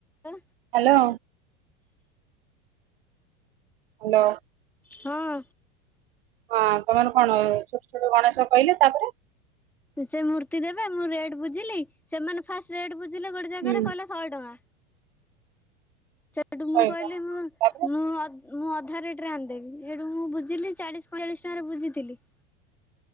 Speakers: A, in the centre; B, on the right.
A: ହଁ।
B: Hello. Hello.
A: ହଁ।
B: ହଁ ତମେ କଣ ଗଣେଶ କହିଲେ ତାପରେ
A: ସେ ମୂର୍ତ୍ତି ଦେବେ ମୁଁ ରେଟ୍ ବୁଝିଲି ସେମାନେ ଫାଷ୍ଟ ରେଟ୍ ବୁଝିଲେ ଗୋଟେ ଜାଗାରେ
B: ହୁଁ
A: କହିଲେ ଶହେ ଟଙ୍କା। ସେଠୁ ମୁଁ
B: ଶହେ
A: କହିଲି
B: ଟଙ୍କା
A: ମୁଁ
B: ତାପରେ
A: ମୁଁ ଅ ମୁଁ ଅଧା ରେଟରେ ଆଣିଦେବି। ସେଇଠୁ ମୁଁ ବୁଝିଲି ଚାଳିଶ ପଇଁଚାଳିଶ ଟଙ୍କାରେ ବୁଝିଥିଲି।